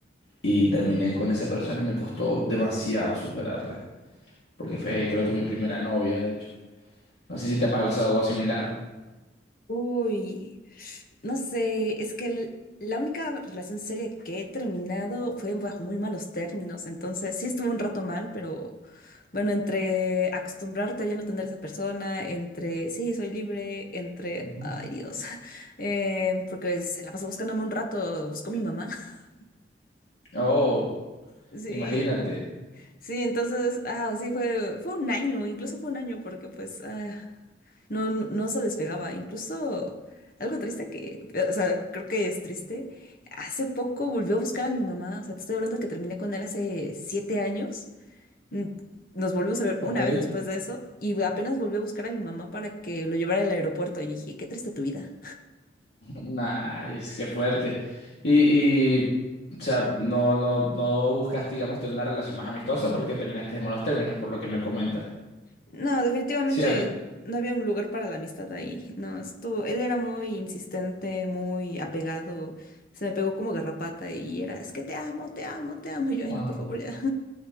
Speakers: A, on the left; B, on the left.
A: y terminé con esa persona y me costó demasiado superarla porque fue creo que mi primera novia, de hecho. No sé si te pasó algo similar.
B: Uy. No sé, es que el- la única relación seria que he terminado fue bajo muy malos términos, entonces sí estuvo un rato mal, pero bueno, entre acostumbrarte a ya no tener esa persona, entre sí, soy libre, entre,
A: Ujú.
B: ay Dios, <laughs> eh, porque se la pasó buscándome un rato, buscó mi mamá. <laughs>
A: Oh,
B: Sí,
A: imagínate.
B: sí, entonces, ah, sí, fue, fue un año, incluso fue un año porque pues... ah, No, no, no se despegaba. Incluso algo triste que, o sea, creo que es triste. Hace poco volvió a buscar a mi mamá. O sea, te estoy hablando que terminé con él hace siete años. Mm, Nos volvimos a ver
A: Ok.
B: una
A: <laughs>
B: vez después de eso y apenas volvió a buscar a mi mamá para que lo llevara al aeropuerto. Y dije, qué triste tu vida.
A: Nice, qué fuerte. Y, y, o sea, no, no, no buscaste digamos, tener una relación más amistosa porque terminaste en malos términos, por lo que me comentas.
B: No, definitivamente
A: Cierto.
B: no había un lugar para la amistad ahí. No, estuvo, él era muy insistente, muy apegado. Se me pegó como garrapata y era, es que te amo, te amo, te amo. Y yo, ay,
A: Ah.
B: no, por favor, ya.